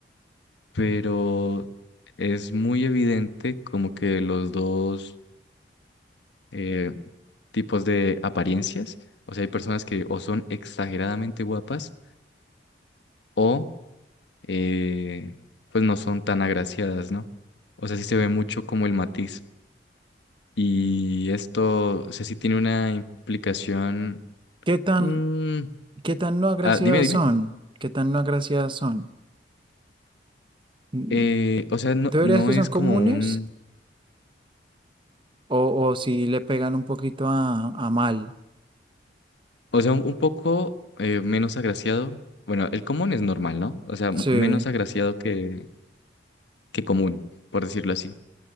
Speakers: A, on the left; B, on the right.
A: pero es muy evidente como que los dos eh, tipos de apariencias, o sea, hay personas que o son exageradamente guapas o eh, pues no son tan agraciadas, ¿no? O sea, sí se ve mucho como el matiz. Y esto, o sea, sí tiene una implicación
B: ¿Qué tan,
A: Mm,
B: qué tan no agraciadas
A: ah, dime, dime.
B: son? ¿Qué tan no agraciadas son? Mm,
A: Eh, o sea, no,
B: ¿Tú dirías
A: no
B: que
A: es
B: son comunes
A: como un,
B: o, o si le pegan un poquito a, a mal?
A: o sea, un, un poco eh, menos agraciado. Bueno, el común es normal, ¿no? O sea, m-
B: Sí.
A: menos agraciado que, que común, por decirlo así.